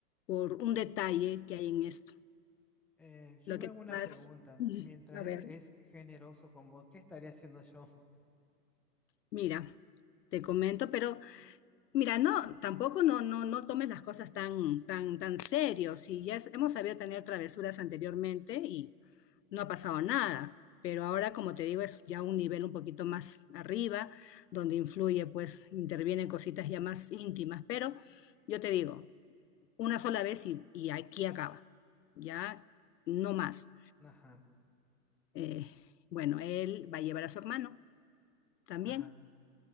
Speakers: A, on the left; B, in the centre.
A: por un detalle que hay en esto.
B: Eh, yo
A: Lo
B: me
A: que
B: hago una
A: pasa,
B: pregunta.
A: <laughs>
B: Mientras
A: a
B: él
A: ver,
B: es generoso con vos, ¿qué estaría haciendo yo?
A: mira, te comento, pero mira, no, tampoco no, no, no tomes las cosas tan, tan, tan serio. Si ya es- hemos sabido tener travesuras anteriormente y no ha pasado nada, pero ahora, como te digo, es ya un nivel un poquito más arriba, donde influye, pues intervienen cositas ya más íntimas, pero yo te digo, una sola vez y, y aquí acaba, ya no más.
B: Ajá,
A: Eh, bueno, él va a llevar a su hermano también
B: ajá.